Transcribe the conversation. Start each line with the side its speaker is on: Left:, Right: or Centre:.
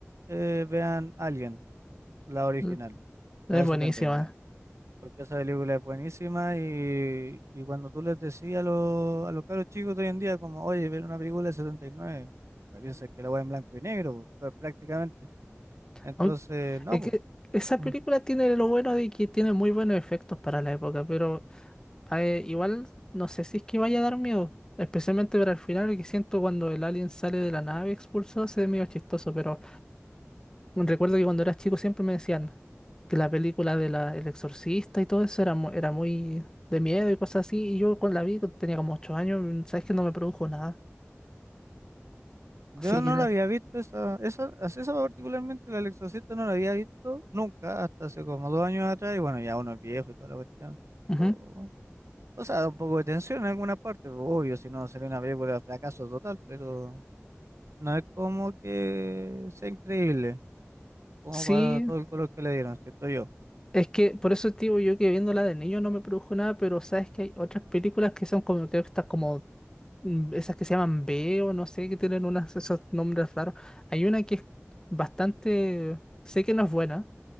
Right: eh, vean Alien, la original,
Left: mm, es
Right: la de
Left: buenísima.
Right: setenta y nueve Porque esa película es buenísima y, y cuando tú les decías a los, a los caros chicos de hoy en día, como, oye, ver una película de 79 se piensan que la voy en blanco y negro, po, prácticamente. Entonces,
Left: Aun-
Right: no,
Left: es
Right: po.
Left: que esa
Right: Ujú.
Left: película tiene lo bueno de que tiene muy buenos efectos para la época, pero eh, igual no sé si es que vaya a dar miedo, especialmente para el final, que siento cuando el alien sale de la nave expulsado, se ve medio chistoso, pero... Recuerdo que cuando era chico siempre me decían que la película de la, El Exorcista y todo eso era, mu- era muy de miedo y cosas así. Y yo con la vi, cuando tenía como ocho años, mm, sabes que no me produjo nada.
Right: Yo
Left: Así que
Right: no
Left: nada.
Right: la había visto, esa, esa, as- esa particularmente, la del Exorcista no la había visto nunca, hasta hace como dos años atrás, y bueno, ya uno es viejo y toda la cuestión.
Left: Ujú.
Right: Pero, o sea, da un poco de tensión en alguna parte, po, obvio, si no sería una película de fracaso total, pero no es como que sea increíble. como
Left: Sí,
Right: para todo el color que le dieron, siento yo.
Left: es que por eso te yo que viéndola de niño no me produjo nada, pero sabes que hay otras películas que son como, creo que estas como, mm, esas que se llaman B o no sé, que tienen unas, esos nombres raros. Hay una que es bastante, sé que no es buena